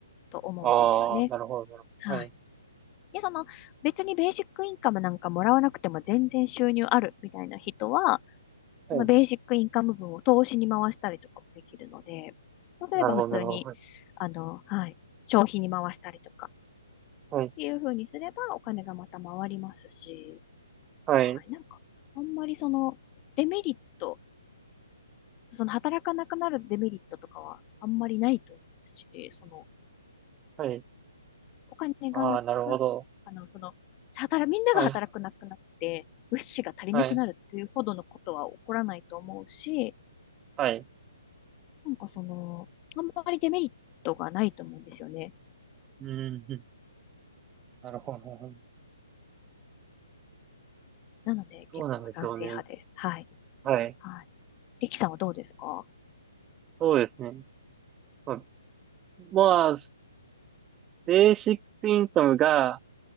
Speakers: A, on the left; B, on the right.
A: と思うんですよね。
B: ああ、なるほど、なるほど。
A: はい。
B: はい、
A: で、その別にベーシックインカムなんかもらわなくても全然収入あるみたいな人は、
B: はい、
A: そのベーシックインカム分を投資に回したりとかもできるので、そうすれば普通に、
B: なるほど、なるほど。
A: あの、はい、消費に回したりとかっ
B: はい、
A: ていう風にすればお金がまた回りますし、
B: はい、
A: はい、なんか、あんまりそのデメリット、その働かなくなるデメリットとかはあんまりないと思うし、その
B: はい。
A: お金がなく、
B: ああ、なるほど。
A: あの、その、働、みんなが働くなくなって、
B: はい、
A: 物資が足りなくなるっていうほどのことは起こらないと思うし、
B: はい、はい。
A: なんかその、あんまりデメリットがないと思うんですよね。
B: うん、<laughs> うんなるほど、なるほど。
A: うんなので結構賛成派です。
B: そうなんでしょうね。
A: はい。
B: はい、
A: はい。リキさんはどうですか
B: そうですね。まあ、まあベーシックインカムが、